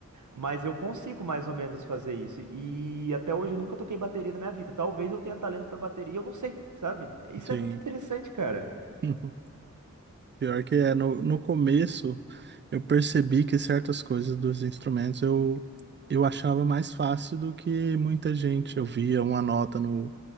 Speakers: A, on the right; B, on the right.
A: mas eu consigo mais ou menos fazer isso. E até hoje eu nunca toquei bateria na minha vida. Talvez eu tenha talento para bateria, eu não sei, sabe? Isso
B: Sim.
A: é muito interessante, cara.
B: <laughs> Pior que é, no, no começo eu percebi que certas coisas dos instrumentos eu, eu achava mais fácil do que muita gente. Eu via uma nota no,